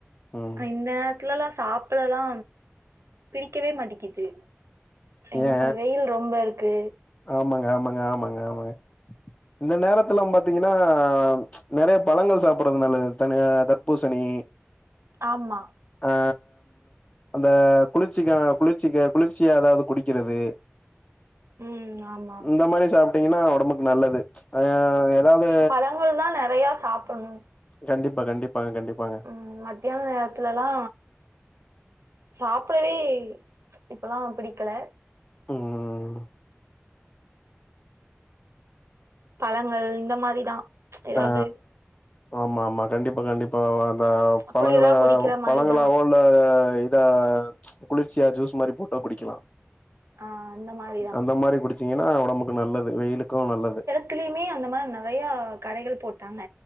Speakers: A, on the left; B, on the right.
A: ம்
B: இந்த நேரத் ட்லல்லாம் சாப்டலா பிடிக்கவே மாட்டிங்கிது என்ன
A: ஏ
B: ஆ வெயில் ரொம்ப இருக்கு
A: ஆமாங்க ஆமாங்க ஆமாங்க ஆமாங்க இந்த நேரத்துலனு பாத்தீங்கன்னா நெறைய பழங்கள் சாப்புறது நல்லது தனிய தர்பூசணி
B: ஆமா
A: ஆ அந்த குளிர்ச்சிக்காக குளிர்ச்சிக்கு குளிர்ச்சியா ஏதாவது குடிக்கிறது
B: ம் ஆமா
A: இந்த மாரி சாப்ட்டீங்கன்னா ஒடம்புக்கு நல்லது ஆ ஏதாவது
B: பழங்கள் தா நெறைய சாப்புட்ணு
A: கண்டிப்பா கண்டிப்பாங்க கண்டிப்பாங்க
B: ம் மத்தியான நேரத்துலல்லா சாப்டவே இப்பல்லா பிடிக்கல
A: ம்
B: பழங்கள் இந்த மாரிதா எதாவது
A: ஆ ஆமா ஆமா கண்டிப்பா கண்டிப்பா அந்த பழங்கள
B: குளிரா குடிக்கிற மாரிதா
A: பழங்களாவோ இல்ல இதா குளிர்ச்சியா ஜூஸ் மாரி போட்டோ குடிக்கலா.
B: ஆ அந்த மாரிதா
A: அந்த மாரி குடிச்சீங்கன்னா ஒடம்புக்கு நல்லது வெயிலுக்கு நல்லது
B: அத்துலயுமே அந்த மாரி நெறைய கடைகள் போட்டாங்க